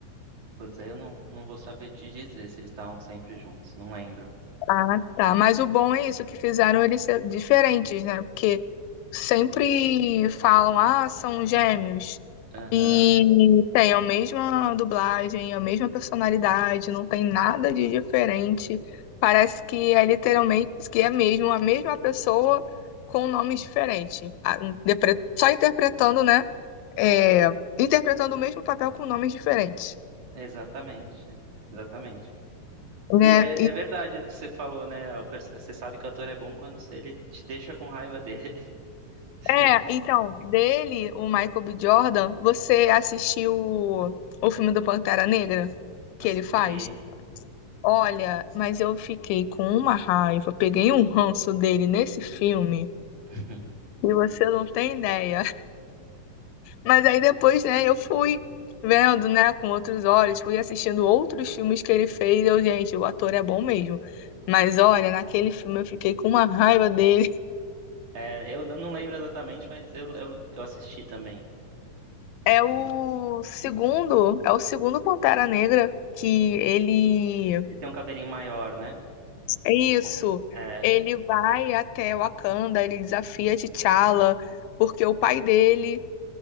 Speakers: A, on the right; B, on the left.
A: Putz, aí eu não, não vou saber te dizer se eles estavam sempre juntos, não lembro.
B: Ah, tá. Mas o bom é isso, que fizeram eles ser diferentes, né? Porque sempre falam, ah, são gêmeos.
A: Aham,
B: E tem a mesma dublagem, a mesma personalidade, não tem nada de diferente. Parece que é literalmente, que é mesmo a mesma pessoa com nomes diferentes. Ah, um, interpre- Só interpretando, né? É, interpretando o mesmo papel com nomes diferentes,
A: exatamente, <laughs> exatamente.
B: né?
A: E é, é verdade isso que você falou, né? O pers- Você sabe que o ator é bom quando se ele te deixa com raiva dele. <laughs>
B: É, então, dele, o Michael B. Jordan, você assistiu o, o filme do Pantera Negra que
A: Assisti.
B: ele faz? Olha, mas eu fiquei com uma raiva, peguei um ranço dele nesse filme
A: <laughs>
B: e você não tem ideia. <laughs> Mas aí depois, né, eu fui vendo, né, com outros olhos, fui assistindo outros filmes que ele fez. Eu, gente, o ator é bom mesmo. Mas olha, naquele filme eu fiquei com uma raiva dele.
A: É, eu, eu não lembro exatamente, mas eu, eu, eu assisti também.
B: É o
A: Mas
B: segundo, é o segundo Pantera Negra que ele.
A: Ele tem um cabelinho maior, né?
B: É
A: Ou
B: isso.
A: eu tô confu- É.
B: Ele vai até Wakanda, ele desafia T'Challa, porque o pai dele,